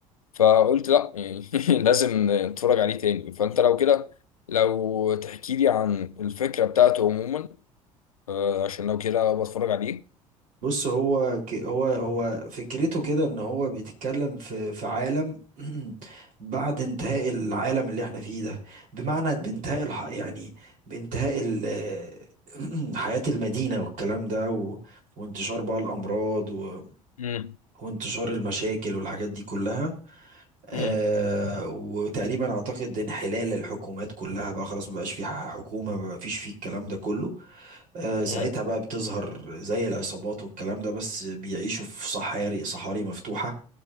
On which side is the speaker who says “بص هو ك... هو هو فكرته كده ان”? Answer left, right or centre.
Right